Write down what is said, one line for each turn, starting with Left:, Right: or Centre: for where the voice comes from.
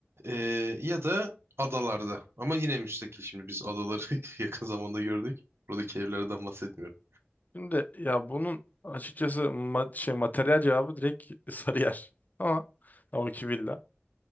Right: Ee, ya da adalarda. Ama yine müstakil. Şimdi biz adaları <laughs> yakın zamanda gördük. Buradaki evlerden bahsetmiyorum.
Left: Şimdi ya bunun açıkçası ma- şey materyal cevabı direkt <laughs> Sarıyer. Ama ya o iki villa.